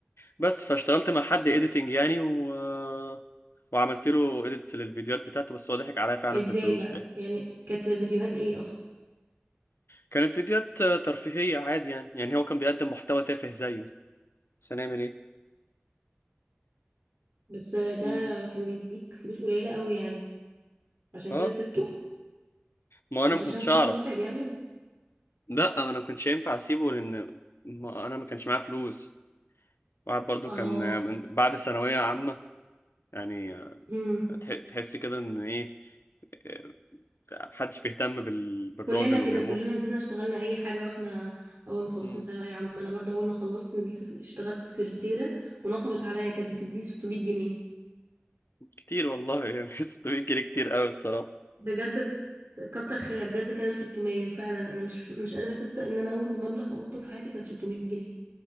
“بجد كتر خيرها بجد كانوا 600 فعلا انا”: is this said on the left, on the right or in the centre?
Right